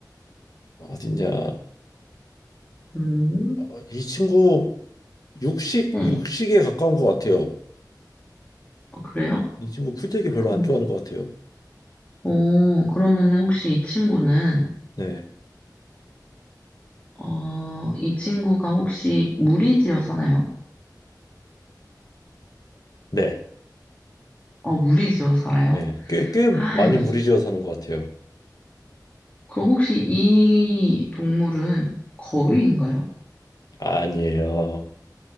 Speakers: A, on the left; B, on the left.
A: 어딨냐?
B: 음,
A: 어, 이 친구 육식
B: 네.
A: 육식에 가까운 것 같아요.
B: 어, 그래요?
A: 이 친구 풀떼기 별로
B: 그럼,
A: 안 좋아하는 것 같아요.
B: 어, 그러면 혹시 이 친구는,
A: 네,
B: 어, 이 친구가 혹시 무리지어 사나요?
A: 네,
B: 어, 무리지어 살아요?
A: 네, 꽤 꽤
B: 아,
A: 많이
B: 이거
A: 무리지어 사는 것 같아요.
B: 그럼 혹시 이 동물은 거위인가요?
A: 아니에요,